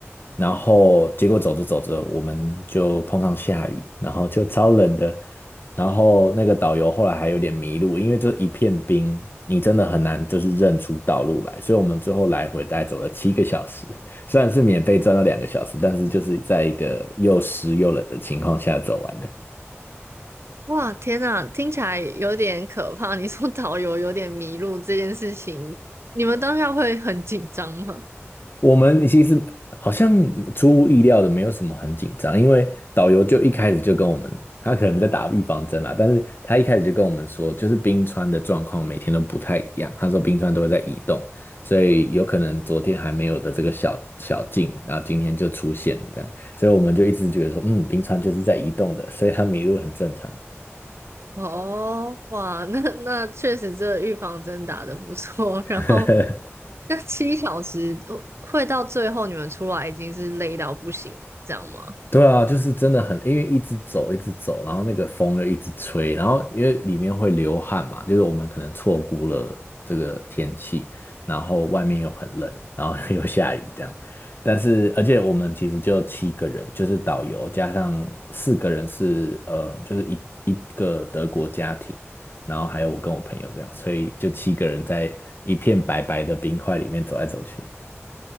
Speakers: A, on the left; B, on the right.
A: 然后结果走着走着，我们就碰上下雨，然后就超冷的。然后那个导游后来还有点迷路，因为这一片冰，你真的很难就是认出道路来，所以我们最后来回大概走了七个小时，虽然是免费转了两个小时，但是就是在一个又湿又冷的情况下走完的。
B: 哇，天呐，听起来有点可怕。你说导游有点迷路这件事情，你们当下会很紧张吗？
A: 我们其实好像出乎意料的没有什么很紧张，因为导游就一开始就跟我们，他可能在打预防针啦，但是他一开始就跟我们说，就是冰川的状况每天都不太一样，他说冰川都会在移动，所以有可能昨天还没有的这个小小径，然后今天就出现这样，所以我们就一直觉得说，嗯，冰川就是在移动的，所以他迷路很正常。
B: 哦，哇，那那确实这预防针打得不错。
A: <laughs>
B: <laughs> 然后那七小时呃会到最后你们出来已经是累到不行，这样吗？
A: 对啊，就是真的很，因为一直走，一直走，然后那个风又一直吹，然后因为里面会流汗嘛，就是我们可能错估了这个天气，然后外面又很冷，然后 <laughs> 又下雨这样。但是，而且我们其实就七个人，就是导游加上四个人是呃，就是一一个德国家庭，然后还有我跟我朋友这样，所以就七个人在一片白白的冰块里面走来走去。